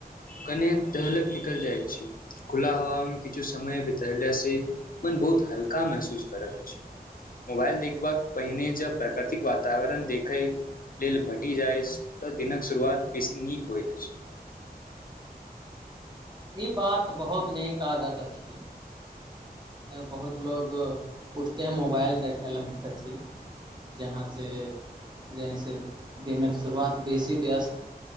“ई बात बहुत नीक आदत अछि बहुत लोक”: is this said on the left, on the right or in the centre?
Right